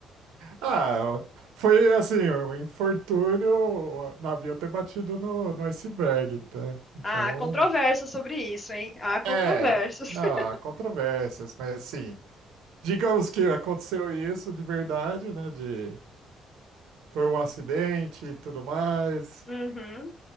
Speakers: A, on the right; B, on the left.
A: Ah, foi assim, um infortúnio, o navio ter batido no, no iceberg, tá? Então,
B: Há controvérsias sobre isso, hein? Há controvérsias.
A: é, não,
B: <laughs>
A: há controvérsias, mas assim, digamos que aconteceu isso de verdade, né? De foi um acidente e tudo mais.
B: Uhum.